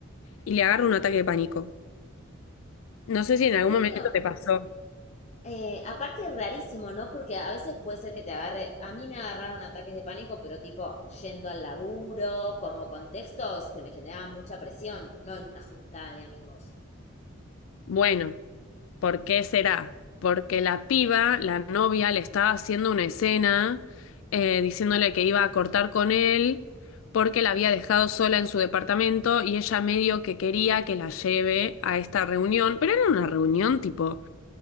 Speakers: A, on the left; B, on the left.
A: y le agarra un ataque de pánico. No sé
B: ¿En
A: si en algún
B: serio?
A: momento te pasó.
B: Eh, aparte es rarísimo, ¿no? Porque a veces puede ser que te agarre, a mí me agarraron ataques de pánico, pero tipo yendo al laburo, como contextos que me generaban mucha presión, no en una junta de amigos.
A: Bueno. ¿Por qué será? Porque la piba, la novia, le estaba haciendo una escena eh, diciéndole que iba a cortar con él porque la había dejado sola en su departamento y ella medio que quería que la lleve a esta reunión, pero era una reunión tipo,